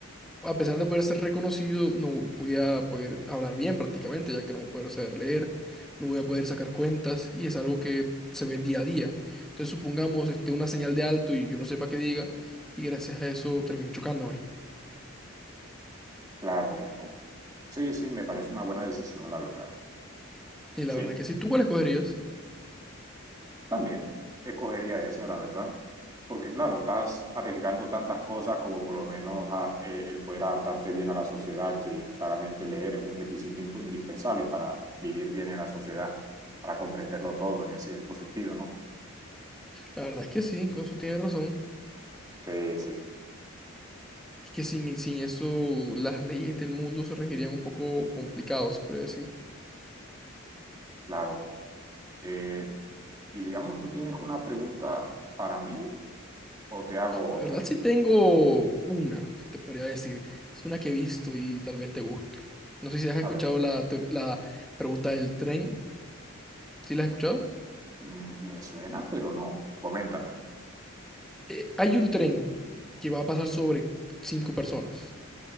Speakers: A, in the centre; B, on the right.
A: a pesar de poder ser reconocido, no voy a poder hablar bien prácticamente, ya que no voy a poder saber leer, no voy a poder sacar cuentas, y es algo que se ve día a día. Entonces, supongamos, este, una señal de alto y yo no sepa qué diga, y gracias a eso termino chocándome.
B: Claro, viejo. Sí, sí, me parece una buena decisión, la verdad.
A: Y la
B: Sí,
A: verdad es que sí, ¿tú cuál escogerías?
B: también escogería esa, la verdad. Porque claro, estás arriesgando tantas cosas como por lo menos a- eh, el poder adaptarte bien a la sociedad, que claramente leer es un requisito imp- indispensable para vivir bien en la sociedad, para comprenderlo todo en ese cierto sentido, ¿no?
A: La verdad es que sí, con eso tienes razón.
B: Sí, sí,
A: Es que sin, sin eso, las leyes del mundo se regirían un poco complicados, se podría decir.
B: claro. Eh, y digamos, ¿tú tienes una pregunta para mí o te hago
A: La
B: otra?
A: verdad sí tengo una, te podría decir. Es una que he visto y tal vez te guste. No sé si has escuchado
B: A ver,
A: la, teo- la pregunta del tren. ¿Sí la has escuchado?
B: mm, me suena, pero no. Coméntame.
A: Eh, hay un tren que va a pasar sobre cinco personas.